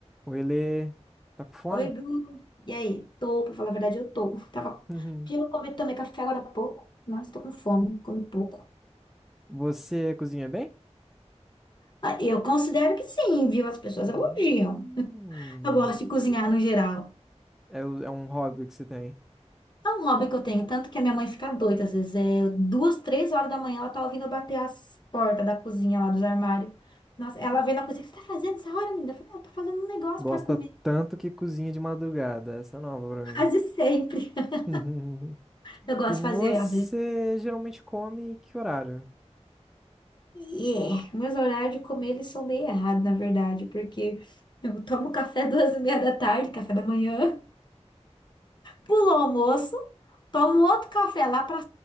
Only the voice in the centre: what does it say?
O Ele tá com fome?
<laughs>
Você cozinha bem?
Hum,
é, o- é um hobby que você tem.
Gosta
tanto que cozinha de madrugada. Essa é nova pra mim.
<laughs>
E você
geralmente come que horário?